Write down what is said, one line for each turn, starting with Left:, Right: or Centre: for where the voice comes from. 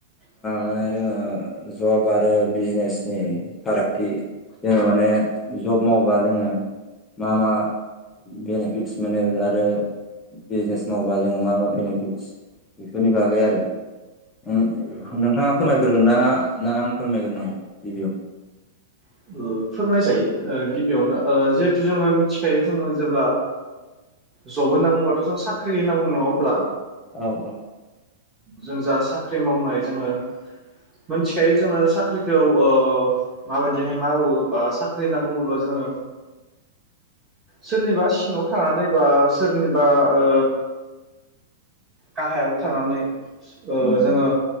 Right: <inaudible>
Left: माने ओ जब आरो बिजनेसनि फारागथि जोङो माने जब मावबा जोङो मा मा बेनिफिटस मोनो आरो बिजनेस मावबा जोङो मा मा बेनिफिटस बेफोरनि बागै आरो ओ नोंथाङा फोरमायग्रोगोन ना ना आं फोरमायग्रोनांगौ गिबियाव?
Right: ओ फोरमायजायो ओ गिबियावनो ओ जिहेतु जोङो मिथिखायो जोङो जेब्ला जब होनना बुंबा थ' होनबा जों साख्रि होनना बुङा नङा होनब्ला
Left: ओ उम औ औ
Right: जों जास साख्रि मावनाय जोङो मोनथि खायो जोङो साख्रिखौ ओ माबादि जेहाय मावो बा साख्रि होनना बुङोब्ला जोङो सोरनिबा सिङाव थानानै बा सोरनिबा ओ गाहायाव थानानै ओ
Left: उम
Right: जोङो